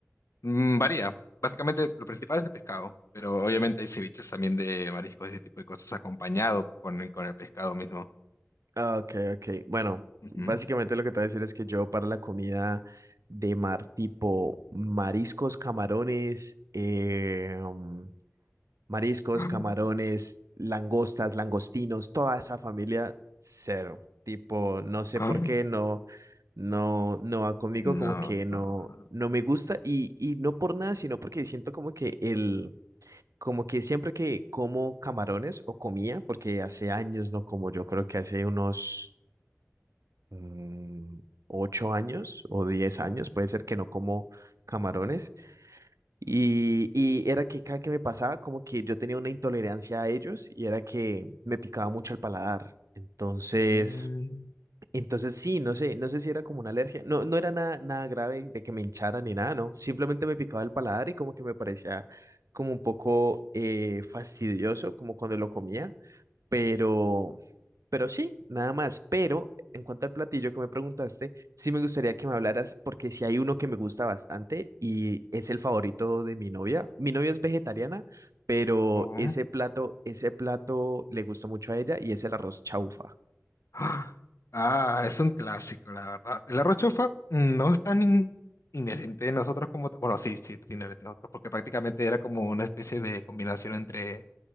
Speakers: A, on the left (about 65°); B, on the right (about 80°).
A: Mm, varía. Básicamente lo principal es de pescado, pero obviamente hay ceviches también de mariscos y ese tipo de cosas acompañado con el, con el pescado mismo.
B: Ah, Ok, ok. Bueno,
A: Ujú.
B: básicamente lo que te voy a decir es que yo para la comida de mar tipo mariscos, camarones, em, mariscos,
A: Ah.
B: camarones, langostas, langostinos, toda esa familia, cero. Tipo, no sé
A: Ah.
B: por qué no, no, no va conmigo, como
A: No.
B: que no,
A: ah,
B: no me gusta y, y no por nada, sino porque siento como que el, como que siempre que como camarones o comía, porque hace años no como, yo creo que hace unos mm, ocho años o diez
A: oh,
B: años, puede ser que no como camarones y, y era que cada que me pasaba, como que yo tenía una intolerancia a ellos y era que me picaba mucho el paladar. Entonces,
A: mm,
B: entonces sí, no sé, no sé si era como una alergia. No, no era nada, nada grave de que me hinchara ni nada, ¿no? Simplemente me picaba el paladar y como que me parecía como un poco eh, fastidioso, como cuando lo comía. Pero, pero sí, nada más. Pero en cuanto al platillo que me preguntaste, sí me gustaría que me hablaras porque si hay uno que me gusta bastante y es el favorito de mi novia. Mi novia es vegetariana, pero
A: oh.
B: ese plato, ese plato le gusta mucho a ella y es el arroz chaufa.
A: Ah, Ah, es un clásico, la verdad. El arroz chofa mm, no es tan in- inherente de nosotros como... ta- Bueno, sí, sí, es inherente de nosotros, porque prácticamente era como una especie de combinación entre